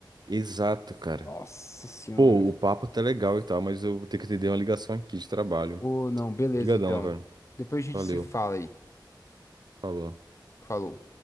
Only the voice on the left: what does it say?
Nossa senhora.
Ô, não, beleza,
então.
Depois a gente
se fala aí.
Falou.